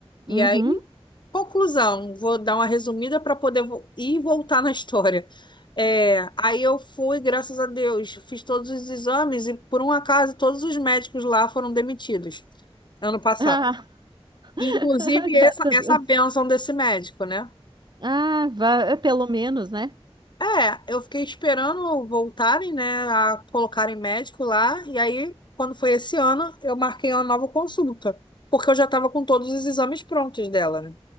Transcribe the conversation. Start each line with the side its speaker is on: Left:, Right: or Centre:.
Left: E
Right: Uhum.
Left: aí, conclusão, vou dar uma resumida para poder vo- ir e voltar na história. É, aí eu fui, graças a Deus, fiz todos os exames e, por um acaso, todos os médicos lá foram demitidos ano passado.
Right: Ah, <laughs>
Left: Inclusive,
Right: graças
Left: essa,
Right: a
Left: essa
Right: Deus.
Left: bênção desse médico, né?
Right: Ah, vá, é pelo menos, né?
Left: É, eu fiquei esperando voltarem, né, a colocarem médico lá, e aí, quando foi esse ano, eu marquei uma nova consulta, porque eu já estava com todos os exames prontos dela, né?